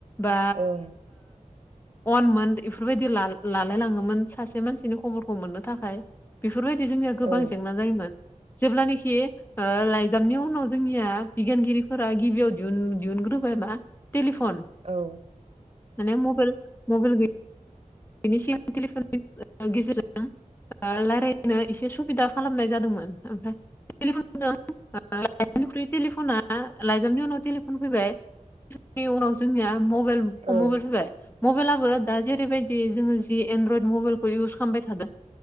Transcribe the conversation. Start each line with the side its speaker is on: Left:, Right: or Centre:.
Left: बा
Right: औ ओं
Left: ओ अनमोन इफोरबायदि लालाय लाङोमोन सासे मानसिनि खबरखौ मोननो थाखाय। बेफोरबायदि जोंनिया गोबां
Right: औ ओं औ
Left: जेंना जायोमोन जेब्लानखि ओ लाइजामनि उनाव जोंनिया बिगियानगिरिफोरा गिबियाव दिह दिहुनग्रोबाय मा टेलिफन
Right: ओं औ ओं
Left: आरो मबाइल मबाइल बेनि सिगां लिफन गेजेर रायजलायनो एसे सुबिदा खालामनाय जादोंमोन ओमफ्राय। <unintelligible> लाइजामनि उनाव टेलिफन फैबायनि उनाव जोंनिया मबाइल
Right: ओं
Left: मबाइल फैबाय मबाइलाबो दा जेरैबायदि जोङो जि एनड्रयद मबाइल ओ इउस खालामबाय थादों